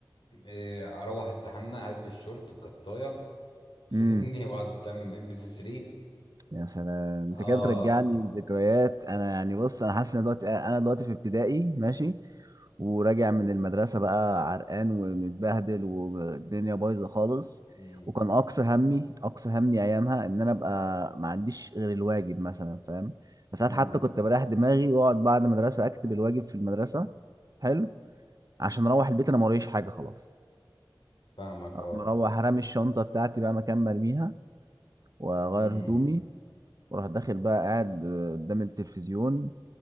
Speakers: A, on the left (about 75°); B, on the right (about 45°).
A: أه، اروح استحمى البس شورت وكطايه فاهمني
B: امم
A: واقعد قدام ام بي سي 3
B: يا سلام
A: اه
B: انت كده بترجعني لذكريات انا يعني بص انا حاسس ان دلوقتي انا دلوقتي في ابتدائي ماشي وراجع من المدرسه بقى عرقان ومتبهدل والدنيا بايظه خالص
A: مم.
B: وكان اقصى همي اقصى همي ايامها ان انا ابقى ما عنديش غير الواجب مثلا فاهم ساعات
A: مم.
B: حتى كنت بريح دماغي واقعد بعد المدرسه اكتب الواجب في المدرسه حلو عشان اروح البيت انا ما وريش حاجه خلاص
A: فاهمك
B: اروح
A: اه
B: مروح رامي الشنطه بتاعتي بقى مكان مرميها واغير
A: مم.
B: هدومي وراح داخل بقى قاعد قدام التلفزيون